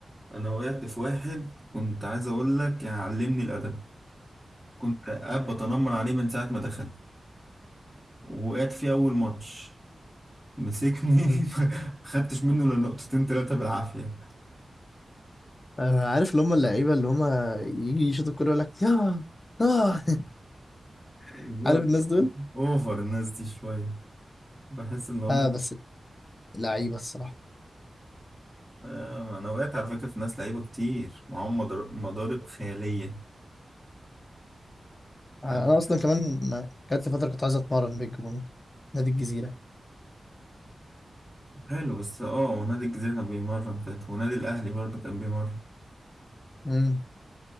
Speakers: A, in the centre; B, on the left.
A: أنا وقعت في واحد كنت عايز أقول لك يعني علمني الأدب كنت قاعد بتنمر عليه من ساعة ما دخل وقعت فيه أول ماتش مسكني
B: مم.
A: <laughs> ما خدتش منه إلا نقطتين تلاتة بالعافية
B: أنا عارف اللي هم اللعيبة اللي هم يجي يشوط الكورة يقول لك ياه آه <laughs>
A: لا،
B: عارف الناس دول
A: اوفر الناس دي شوية بحس ان هم
B: آه بس لعيبة الصراحة
A: آه، انا وقعت على فكره في ناس لعيبه كتير معاهم مدار- مضارب خياليه
B: آه
A: عارف
B: أنا أصلا كمان ما- جات لي فترة كنت عايز أتمرن بينج بونج نادي الجزيرة
A: حلو بس اه ونادي الجزيره كان بيمرن فات ونادي الاهلي برضو كان بيمرن
B: مم.